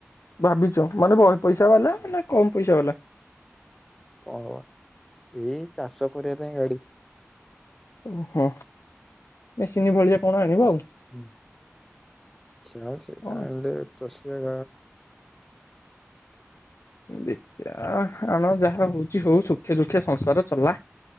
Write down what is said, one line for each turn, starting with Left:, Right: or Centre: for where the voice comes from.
Left: ଭାବିଛ ମାନେ ବହେ ପଇସା ବାଲା ନା କମ୍ ପଇସା ବାଲା?
Centre: କଣ ଏଇ ଚାଷ କରିବା ପାଇଁ ଗାଡି।
Left: ଓହୋ ମେସିନ ଭଳିଆ କଣ ଆଣିବ ଆଉ।
Centre: ହ ଚା ସେଇଟା
Left: ହଁ
Centre: ଆଣିଲେ ସ
Left: ଦେଖିବା ଆଣ ଯାହା ହଉଛି ହଉ ସୁଖେ ଦୁଃଖେ ସଂସାର ଚଲା।